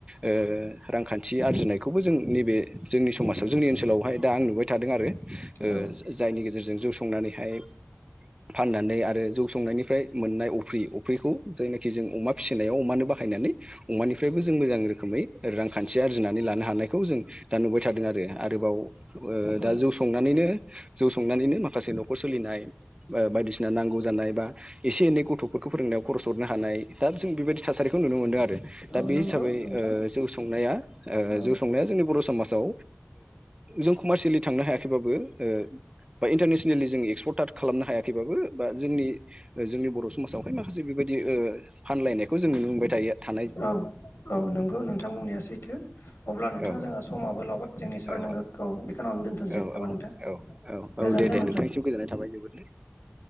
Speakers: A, on the right; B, on the left.
A: ओ रांखान थि आरजिनायखौबो जों नैबे जोंनि समाजाव जोंनि ओनसोलावहाय दा आं नुबाय थादों आरो। ओ
B: औ
A: जा जायनि गेजेरजों जौ संनानैहाय फाननानै आरो जौ संनायनिफ्राय मोननाय अफ्रि अफ्रिखौ जायनाखि जों अमा फिसिनायाव अमानो बाह हायनानै अमानिफ्रायबो जों मोजां रोखोमै रांखान्थि आरजिनानै लानो हानायखौ जों दा नुबाय थादों आरो। आरोबाव ओ
B: औ
A: दा जौ संनानैनो जौ संनानैनो माखासे न'खर सोलिनाय ओ बायदिसिना नांगौ जानाय बा एसे एनै गथ'फोरख खौ फोरोंनायाव खर'स हरनो हानाय दाब जों बेबायदि थासारिखौ नुनो मोनदों आरो।
B: औ
A: दा बे
B: नंगौ
A: हिसाबै
B: नोंथां
A: ओ जौ संनाया ओ
B: औ
A: जौ संनाया जोंनि बर' समाज <unintelligible> ओ जों कमार्सियेलि थांनो हायाखैबाबो ओ बा इन्टारनेसनेलि जों एक्सफर्ट तात खालामनो हायाखैबाबो बा जोंनि ओ जोंनि बर' समाजावहाय माखासे बेबायदि ओ फानलायनायखौ जोङो नुनो मोनबाय थायो था
B: औ औ नंगौ नोंथां बुंनाया सैथो अब्ला नोंथां
A: औ
B: जोंहा समाबो लावबाय जोंनि सावरायनां
A: औ
B: गोखौ बेखिनावनो दोन्थ'सै
A: औ
B: नामा नोंथां?
A: औ
B: गोजोन्थों
A: औ दे दे
B: नोंथां।
A: नोंथांनिसिम गोजोननाय थाबाय जोबोद